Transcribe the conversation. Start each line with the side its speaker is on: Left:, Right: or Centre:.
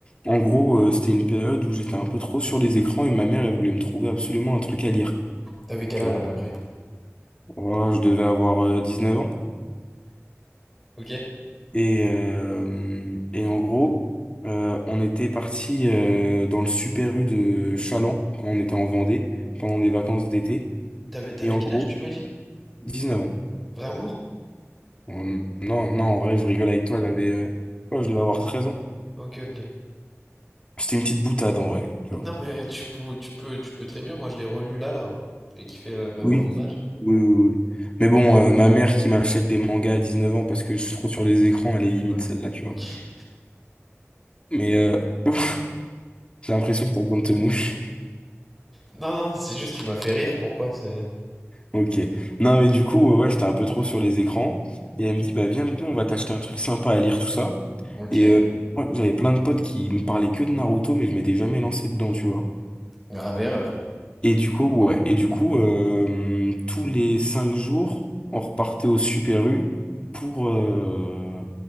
Left: En gros, euh, c'était une période où j'étais un peu trop sur les écrans et ma mère elle voulait me trouver absolument un truc à lire.
Centre: T'avais quel
Left: Tu
Centre: âge
Left: vois,
Centre: à peu près?
Left: Voilà, je devais avoir euh, neuf ans
Centre: Ok.
Left: et euh, et en gros euh, on était parti euh, dans le Super U de Chaland quand on était en Vendée pendant des vacances d'été
Centre: T'avais, t'avais
Left: et en
Centre: quel
Left: gros
Centre: âge, tu m'as dit?
Left: 19 ans.
Centre: Vraiment?
Left: Euh, Non non en vrai je rigole avec toi, elle avait euh, ouais, je devais avoir 13 ans.
Centre: Ok, ok.
Left: C'était une petite boutade en vrai. tu vois.
Centre: Non, mais tu peux, tu peux, tu peux très bien. Moi, je l'ai relu là, là. J'ai kiffé là, même
Left: Oui,
Centre: à mon âge.
Left: oui, oui. oui. Mais bon, euh, ma mère qui m'achète des mangas à 19 ans parce que je suis trop sur les écrans, elle est limite
Centre: Ouais.
Left: celle-là, tu
Centre: Ok.
Left: vois. Mais euh, <laughs> j'ai l'impression que t'as besoin de te mouche.
Centre: Non, non, c'est juste, tu m'as fait rire. Pourquoi c'est.
Left: Ok. Non, mais du coup, euh, ouais, j'étais un peu trop sur les écrans. Et elle me dit, bah viens avec nous, on va t'acheter un truc sympa à lire, tout ça.
Centre: Ok,
Left: Et euh, ouais, j'avais plein de potes qui me parlaient que de Naruto, mais je m'étais jamais lancé dedans, tu vois.
Centre: grave erreur.
Left: Et du coup, ouais. Et du coup, euh, tous les cinq jours, on repartait au Super U pour, euh,